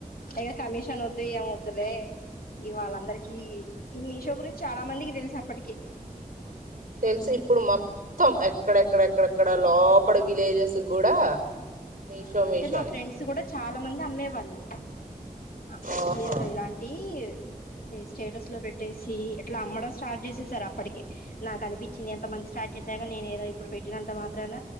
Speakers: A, on the left; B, on the right.
A: ఇక కమిషన్ వద్దు ఏం వద్దులే ఇవాళ్ళందరికీ ఈ మీషో గురించి చాలా మందికి తెలుసు అప్పటికి
B: తెలుసు ఇప్పుడు మొత్తం ఎక్కడెక్కడ ఎక్కడెక్కడ లోపల విలేజెస్ కూడా మీషో
A: ఆ అంటే
B: మీషోనే
A: మా ఫ్రెండ్స్ కూడా చాలా మంది అమ్మే వాళ్ళు అక్కడ
B: ఓహో
A: చీరలు ఇలాంటివి ఈ స్టేటస్ లో పెట్టేసి ఇట్లా అమ్మడం స్టార్ట్ చేసేసారప్పటికే నాకనిపిచ్చింది ఎంతమంది స్టార్ట్ చేసాక నేనేదో ఇప్పుడు పెట్టినంత మాత్రాన